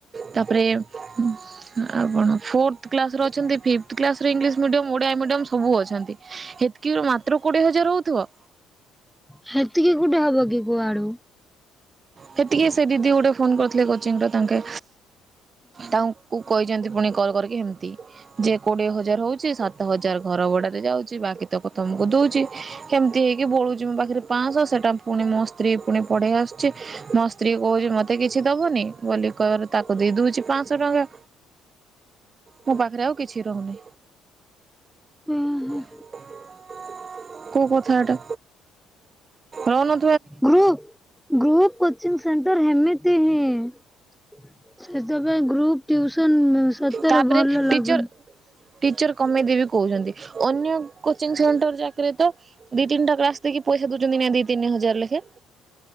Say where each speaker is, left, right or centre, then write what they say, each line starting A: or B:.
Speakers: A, on the right (about 40°); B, in the centre.
A: ତାପରେ ଉମ୍ ଆପଣ ଫୋର୍ଥ କ୍ଲାସ ର ଅଛନ୍ତି। ଫିଫ୍ଥ କ୍ଲାସରେ ଇଂଲିଶ ମିଡିଅମ୍ ଓଡିଆ ମିଡିଅମ୍ ସବୁ ଅଛନ୍ତି, ହେତକି ରୁ ମାତ୍ର କୋଡିଏ ହଜାର ହଉଥିବ।
B: ହେତିକି ଗୁଟେ ହବ କି କୁଆଡୁ?
A: ହେତିକି ସେ ଦିଦି ଗୋଟେ ଫୋନ କରିଥିଲେ କୋଚିଂ ର ତାଙ୍କେ, ତାଙ୍କକୁ କହିଚନ୍ତି ପୁଣି କଲ୍ କରକି ହେମିତି। ଯେ କୋଡିଏ ହଜାର ହଉଚି। ସାତ ହଜାର ଘର ଭଡାରେ ଯାଉଚି। ବାକି ତକ ତମକୁ ଦଉଚି। କେମିତି ହେଇକି ବଳୁଛି ମୋ ପାଖରେ ପାଶହ, ସେଟା ପୁଣି ମୋ ସ୍ତ୍ରୀ ପୁଣି ପଢ଼େଇ ଆସୁଛି। ମୋ ସ୍ତ୍ରୀ କହୁଛି ମତେ କିଛି ଦବନି, ବୋଲି କହିବାରୁ ତାକୁ ଦେଇ ଦଉଛି ପାଶହ ଟଙ୍କା ମୋ ପାଖରେ ଆଉ କିଛି ରହୁନି।
B: ହୁଁ
A: <unintelligible> କୋଉ କଥା ଟା, ରନ
B: ଗ୍ରୁପ, ଗ୍ରୁପ କୋଚିଙ୍ଗ ସେଣ୍ଟର ହେମତି ହିଁ। ସେଥିପାଇଁ ଗ୍ରୁପ ଟିଉସନ ସତରେ
A: ତାପରେ
B: ଭଲ
A: ଟିଚର
B: ଲାଗୁନି।
A: ଟିଚର କମେଇଦେବି କହୁଛନ୍ତି, ଅନ୍ୟ କୋଚିଂ ସେଣ୍ଟର ଯାକରେ ତ ଦି ତିନିଟା କ୍ଲାସ୍ କି ପଇସା ଦଉଛନ୍ତି, ଦ୍ବି ତିନି ହଜାର ଲେଖେ।